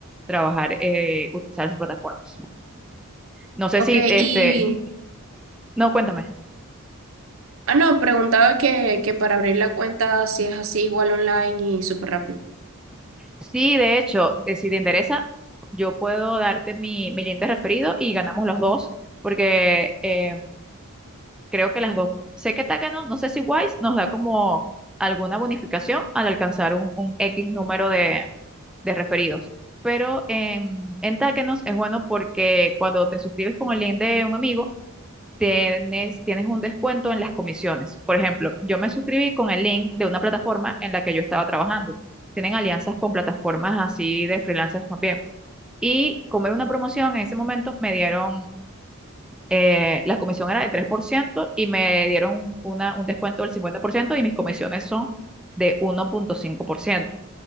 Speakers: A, in the centre; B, on the right.
A: trabajar, eh, utilizar esas plataformas. No sé
B: Ok,
A: si, este,
B: y...
A: no, cuéntame.
B: Ah, no, preguntaba que, que para abrir la cuenta si es así igual online y súper rápido.
A: Sí, de hecho, eh, si te interesa, yo puedo darte mi, mi link de referido y ganamos los dos, porque eh, creo que las dos, sé que Takano, no sé si Wise nos da como alguna bonificación al alcanzar un, un X número de, de referidos, pero en, en Takanos es bueno porque cuando te suscribes con el link de un amigo, tienes, tienes un descuento en las comisiones. Por ejemplo, yo me suscribí con el link de una plataforma en la que yo estaba trabajando. Tienen alianzas con plataformas así de freelancers también. Y como era una promoción, en ese momento me dieron, eh, la comisión era de 3% y me dieron un- una, un descuento del 50% y mis comisiones son de 1.5%.